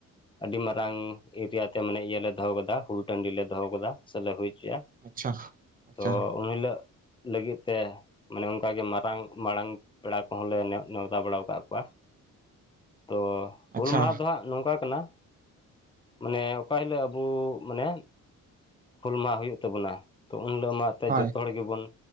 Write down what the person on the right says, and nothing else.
ᱟᱪᱪᱷᱟ
ᱟᱪᱪᱷᱟ
ᱟᱪᱪᱷᱟ
ᱦᱳᱭ